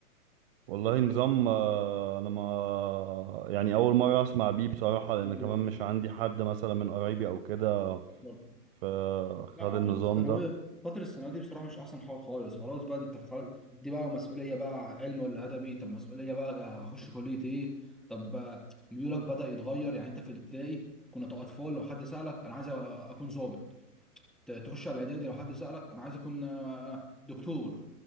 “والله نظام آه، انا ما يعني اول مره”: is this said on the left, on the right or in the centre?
Right